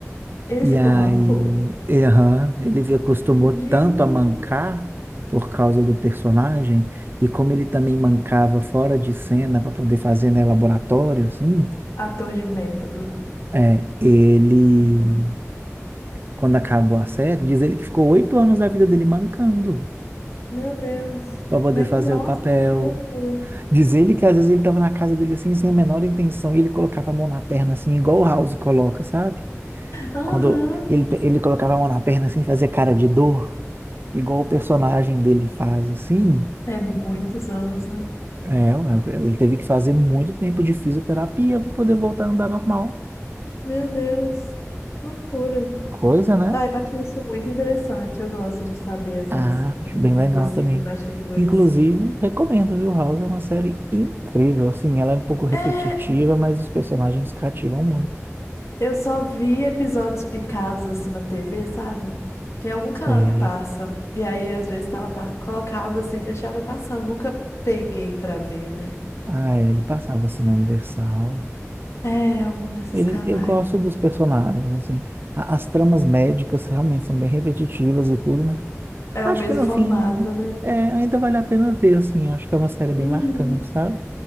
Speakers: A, on the left; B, on the right.
A: é. Ele
B: E
A: ficou
B: aí,
A: manco?
B: e, aham, ele vi- acostumou
A: Gente,
B: tanto a mancar por causa do personagem, e como ele também mancava fora de cena para poder fazer, né, laboratório, assim,
A: ator de método.
B: é, ele,
A: <laughs>
B: quando acabou a série, diz ele que ficou oito anos da vida dele mancando
A: Meu Deus.
B: para poder
A: Nem,
B: fazer
A: nossa,
B: o papel.
A: que loucura.
B: Diz ele que às vezes ele estava na casa dele assim, sem a menor intenção, e ele colocava a mão na perna assim, igual o House coloca, sabe?
A: Aham.
B: Quando ele, ele colocava a mão na perna assim, fazia cara de dor. igual o personagem dele faz assim,
A: É muitos anos, né?
B: é, ué, ele teve que fazer muito tempo de fisioterapia para poder voltar a andar normal.
A: Meu Deus. Loucura.
B: Coisa, né?
A: Ah, eu acho isso muito interessante. Eu gosto de saber essas
B: Ah, acho bem legal
A: coisas, assim
B: também.
A: de bastidores.
B: Inclusive, recomendo, viu? House é uma série incrível, assim, ela é um pouco repetitiva,
A: É,
B: mas os personagens cativam muito.
A: Eu só vi episódios picados assim na TV, sabe? Tem algum canal
B: Sei.
A: que passa. E aí, às vezes, tava, pa- colocava assim, deixava passando. Nunca peguei pra ver, né?
B: Ah, é, ele passava assim na Universal.
A: É, algum desses
B: Ele,
A: canais.
B: eu gosto dos personagens, assim. A- As tramas médicas realmente são bem repetitivas e tudo, mas
A: É
B: Acho
A: o mesmo
B: que no
A: formato,
B: fim,
A: né?
B: é, ainda vale a pena ver, assim. Acho que é uma série bem
A: Uhum.
B: marcante, sabe?